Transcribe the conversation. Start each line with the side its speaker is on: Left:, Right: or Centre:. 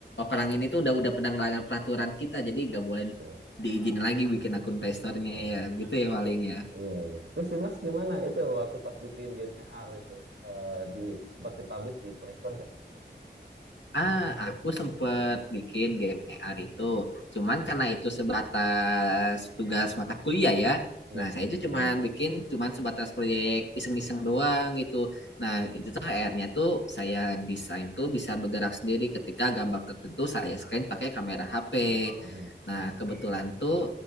Left: orang
Right: iya
Left: ini tuh udah udah pernah ngelanggar peraturan kita jadi gak boleh
Right: Tuh.
Left: diizinin lagi bikin akun Play
Right: oke
Left: nya ya gitu ya paling ya
Right: Iya, iya. Terus sih Mas gimana itu waktu pas bikin game AR itu eh, di sempat dipublish di Play Store nggak?
Left: Ah, aku sempet bikin game AR itu. Cuman
Right: Hmm.
Left: karena itu sebatas tugas mata kuliah ya.
Right: Iya.
Left: Nah, saya itu
Right: Heeh,
Left: cuman bikin cuman sebatas proyek iseng-iseng doang gitu. Nah,
Right: heeh.
Left: itu tuh AR-nya tuh saya desain tuh bisa bergerak sendiri ketika gambar tertentu saya scan pakai kamera HP.
Right: Hmm, hmm,
Left: Nah, kebetulan tuh